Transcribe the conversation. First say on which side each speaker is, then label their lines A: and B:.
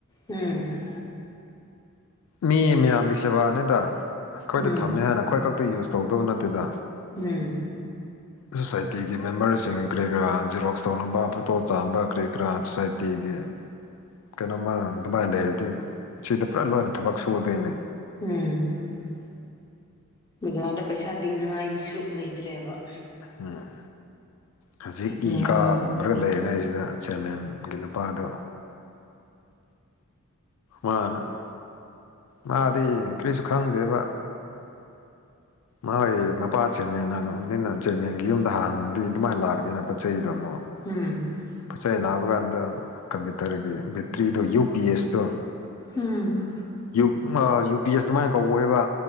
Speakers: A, on the left; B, on the left.
A: ꯎꯝ
B: ꯃꯤ ꯃꯤꯌꯥꯝꯒꯤ ꯁꯦꯕꯥꯅꯤꯗ ꯈꯣꯏꯗ
A: ꯎꯝ ꯎꯝ
B: ꯊꯝꯃꯦ ꯍꯥꯏꯅ ꯑꯩꯈꯣꯏ ꯈꯛꯇ ꯌꯨꯁ ꯇꯧꯗꯧꯕ ꯅꯠꯇꯦꯗ
A: ꯎꯝ
B: ꯁꯣꯁꯥꯏꯇꯤꯒꯤ ꯃꯦꯝꯕꯔꯁꯤꯡ ꯀꯔꯤ ꯀꯔꯥ ꯖꯤꯔꯣꯛꯁ ꯇꯧꯅꯕ ꯐꯣꯇꯣ ꯆꯥꯝꯕ ꯀꯔꯤ ꯀꯔꯥ ꯁꯣꯁꯥꯏꯇꯤꯒꯤ ꯀꯩꯅꯣꯝꯃ ꯑꯗꯨꯃꯥꯏꯟ ꯂꯩꯔꯗꯤ ꯁꯤꯗ ꯄꯨꯔꯥ ꯂꯣꯏꯅ ꯊꯕꯛ ꯁꯨꯗꯦ ꯑꯩꯅ
A: ꯎꯝ ꯕꯖꯥꯔꯗ ꯄꯩꯁꯥ ꯇꯤꯡꯅꯉꯥꯏꯒꯤꯁꯨ ꯂꯩꯇ꯭ꯔꯦꯕ
B: ꯍꯝ ꯍꯧꯖꯤꯛ
A: ꯎꯝ
B: ꯏꯀꯥ ꯔ ꯂꯩꯔꯤꯉꯩꯁꯤꯗ ꯆꯤꯌꯥꯔꯃꯦꯟꯒꯤ ꯅꯨꯄꯥꯗꯣ ꯃꯥꯅ ꯃꯥꯗꯤ ꯀ꯭ꯔꯤꯁꯨ ꯈꯪꯗꯦꯕ ꯃꯥꯏ ꯃꯄꯥ ꯆꯤꯌꯔꯃꯦꯟꯅꯅꯣꯡꯅꯤꯅ ꯆꯤꯌꯔꯃꯦꯟꯒꯤ ꯌꯨꯝꯗ ꯍꯥꯟꯗꯤ ꯑꯗꯨꯃꯥꯏꯟ ꯂꯥꯛꯅꯤꯅ ꯄꯣꯠ ꯆꯩꯗꯣ ꯑꯃꯣꯛ
A: ꯎꯝ
B: ꯄꯠꯆꯩ ꯂꯥꯕꯒꯥꯟꯗ ꯀꯝꯄ꯭ꯌꯨꯇꯔꯒꯤ ꯕꯦꯇ꯭ꯔꯤꯗꯣ ꯌꯨ ꯄꯤ ꯑꯦꯁꯇꯣ
A: ꯎꯝ
B: ꯌꯨ ꯎ ꯉꯥ ꯌꯨ ꯄꯤ ꯑꯦꯁ ꯑꯗꯨꯃꯥꯏꯟ ꯀꯧꯋꯦꯕ